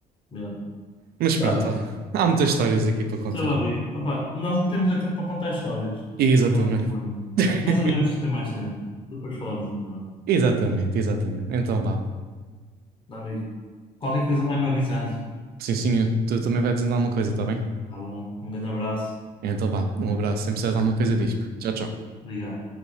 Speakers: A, on the left; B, on the right.
A: Yeah.
B: Mas
A: Tá
B: pronto,
A: bem.
B: olha. Há muitas histórias aqui para contar.
A: Sei lá, David. Opa, nós não temos é tempo para contar histórias.
B: Exatamente.
A: Mas não tem problema.
B: <laughs>
A: Mas devemos ter mais tempo. Depois falamos melhor.
B: Exatamente, exatamente. Então vá.
A: Dá, Amigo, qualquer coisa vai-me avisando.
B: Sim, sim, tu também vai dizendo alguma coisa, tá bem?
A: Tá bom. Um grande abraço.
B: Então vá, um abraço. Sempre precisas de alguma coisa, diz. Tchau, tchau.
A: Obrigado.